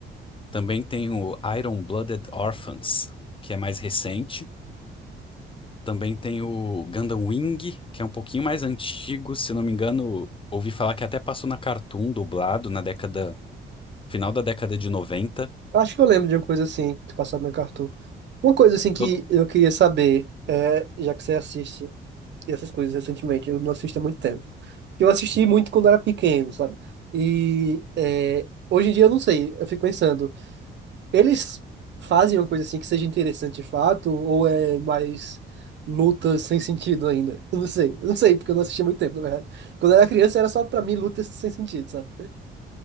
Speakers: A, on the left; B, on the right.
A: Também tem o Iron-Blooded Orphans, que é mais recente. Também tem o Gundam Wing, que é um pouquinho mais antigo, se não me engano, ouvi falar que até passou na Cartoon dublado na década, final da década de noventa
B: Acho que eu lembro de uma coisa assim, que passado na Cartoon. Uma coisa assim que
A: Eu-
B: eu queria saber, é, já que você assiste. e essas coisas recentemente. Eu não assisto há muito tempo. Eu assisti muito quando era pequeno, sabe? E é, hoje em dia eu não sei. Eu fico pensando, eles fazem uma coisa assim que seja interessante de fato ou é mais luta sem sentido ainda? <laughs> Eu não sei. Eu não sei, porque eu não assisti há muito tempo, na verdade. Quando eu era criança era só pra mim luta sem sentido, sabe?